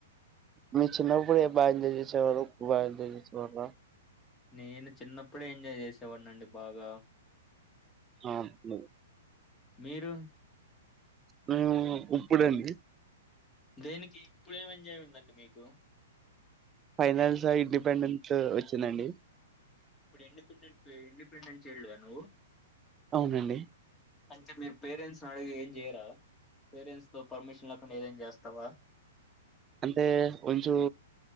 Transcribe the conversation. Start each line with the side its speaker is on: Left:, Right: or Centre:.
Right: మీరు చిన్నప్పుడు బాగా ఎంజాయ్ చేసేవారు బాగా ఎంజాయ్ చేసేవాళ్ళ
Left: నేను చిన్నప్పుడే ఎంజాయ్ చేసేవాడిని అండి బాగా
Right: అ <unintelligible>
Left: మీరు
Right: మేము ఉప్పుడండి
Left: దేనికి ఇప్పుడు ఏం ఎంజాయ్ ఉందండి మీకు
Right: ఫైనాన్స్ ఇండిపెండెంట్ వచ్చిందండి
Left: ఇప్పుడు ఇండిపెండెంట్ ఇండిపెండెంట్ చైల్డ్ వా నువ్వు
Right: అవునండి
Left: అంటే మీరు పేరెంట్స్ ని అడిగి ఏం చేయరా పేరెంట్స్ తో పర్మిషన్ లేకుండా ఏదైనా చేస్తావా
Right: అంటే కొంచం